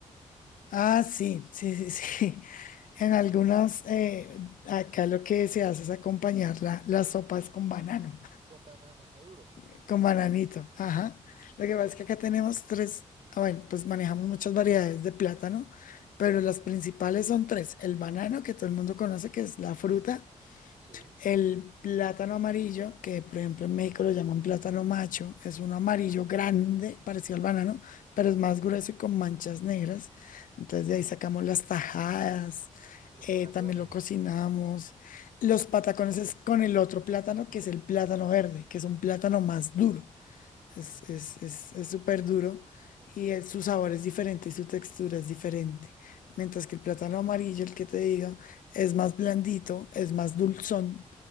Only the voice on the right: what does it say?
¿verdad?
Con bananos maduros,
ajá.
Sí,
sí,
sí.
Ah,
ajá.
Los
patacones.
Ujú.